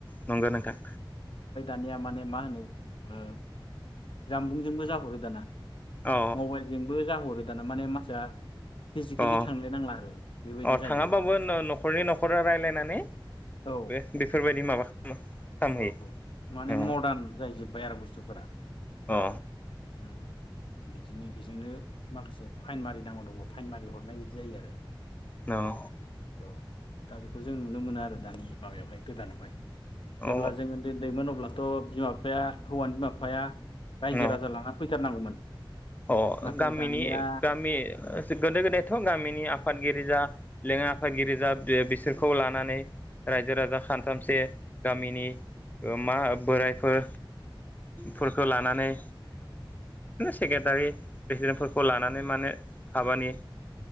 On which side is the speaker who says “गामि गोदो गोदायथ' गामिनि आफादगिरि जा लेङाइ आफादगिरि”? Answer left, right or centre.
Left